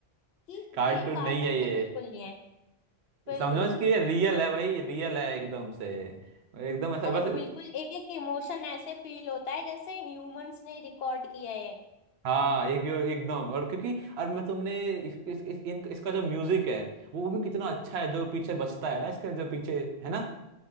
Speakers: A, on the left (about 75°); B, on the right (about 75°).
A: कि
B: कार्टून
A: ये कार्टून
B: नहीं है ये
A: तो बिल्कुल नहीं है बिल्कुल
B: समझो कि ये रियल है भाई रियल है एकदम से एकदम ऐसा
A: अरे
B: बस
A: बिल्कुल एक एक इमोशन ऐसे फील होता है जैसे ह्यूमंस ने रिकॉर्ड किया है
B: हाँ एक एकदम और क्योंकि और मैं तुमने इस, इस, इस, इन, इसका जो म्यूजिक है वो भी कितना अच्छा है जो पीछे बजता है ना इसके जो पीछे है ना